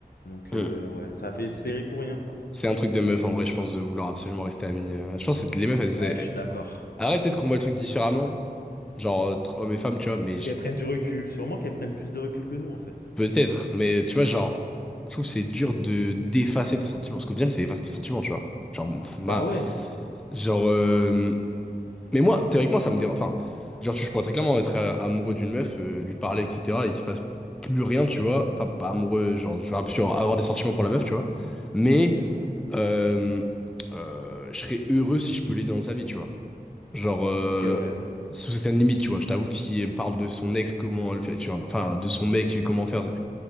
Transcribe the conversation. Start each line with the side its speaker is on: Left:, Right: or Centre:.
Left: Donc,
Centre: mm.
Left: euh, ouais, ça a fait espérer
Centre: C'est
Left: pour rien, quoi.
Centre: c'est un truc de meuf, en vrai, je pense, de vouloir absolument rester ami. euh. Je pense que c'est- les meufs, elles...
Left: Ouais,
Centre: elles-
Left: je suis d'accord.
Centre: Arrête, peut-être qu'on voit le truc différemment. Genre, entre hommes et femmes, tu vois, mais...
Left: Parce qu'elles prennent du recul, sûrement qu'elles prennent plus de recul que nous, en fait.
Centre: Peut-être, mais tu vois, genre, je trouve que c'est dur de d'effacer tes sentiments, parce qu'au final, c'est effacer tes sentiments, tu vois. Genre, <laughs> ma,
Left: Bah ouais.
Centre: genre, euh, mais moi, théoriquement, ça me dérange. Enfin, genre, tu- je pourrais très clairement être euh, amoureux d'une meuf, euh, lui parler, etc., et qu'il se passe plus rien, tu vois. Enfin, pas amoureux, genre, je vais absolument avoir des sentiments pour la meuf, tu vois. Mais euh, euh, je serais heureux si je peux l'aider dans sa vie, tu vois. Genre, euh,
Left: Ok, ouais.
Centre: sous certaines limites, tu vois. Je t'avoue que si elle me parle de son ex, comment elle fait, tu vois. Enfin, de son mec, comment faire.